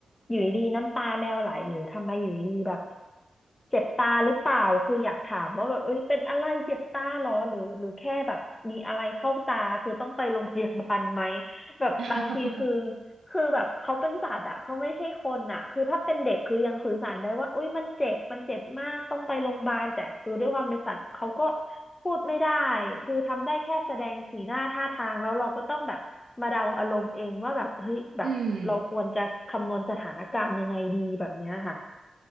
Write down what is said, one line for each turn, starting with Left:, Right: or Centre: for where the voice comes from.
Left: อยู่ดีๆน้ำตาแมวไหลหรือทำไมอยู่ดีๆแบบเจ็บตาหรือเปล่าคืออยากถามว่าแบบเอ้ยเป็นอะไรเจ็บตาเหรอหรือหรือแค่แบบมีอะไรเข้าตาคือต้องไปโรงพยาบาลไหมแบบบางทีคือ
Right: <laughs>
Left: คือแบบเขาเป็นสัตว์อะเขาไม่ใช่คนอะคือถ้าเป็นเด็กคือยังสื่อสารได้ว่าอุ้ยมันเจ็บมันเจ็บมากต้องไปโรงพยาบาลแต่คือด้วยความเป็นสัตว์เขาก็พูดไม่ได้คือทำได้แค่แสดงสีหน้าท่าทางแล้วเราก็ต้องแบบมาเดาอารมณ์เองว่าแบบเฮ้ยแบบเราควรจะคำนวณสถานการณ์ยังไงดีแบบเนี้ยค่ะ
Right: อืม